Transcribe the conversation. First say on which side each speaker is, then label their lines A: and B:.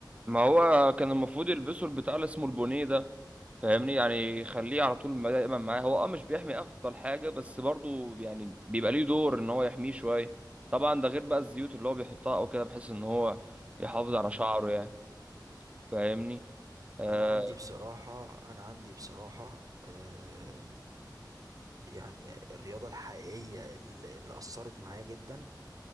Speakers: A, on the right; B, on the right.
A: ما هو كان المفروض يلبسوا البتاع اللي اسمه البونيه ده فاهمني يعني يخليه على طول
B: مم.
A: ما- دايما معاه هو اه مش بيحمي افضل حاجه بس برضو يعني بيبقى ليه دور ان هو يحميه شويه طبعا ده غير بقى الزيوت اللي هو بيحطها او كده بحيث ان هو يحافظ
B: مم.
A: على شعره يعني فاهمني آه
B: انا عندي بصراحه انا عندي بصراحه آه يعني الرياضه الحقيقيه اللي اللي اثرت معايا جدا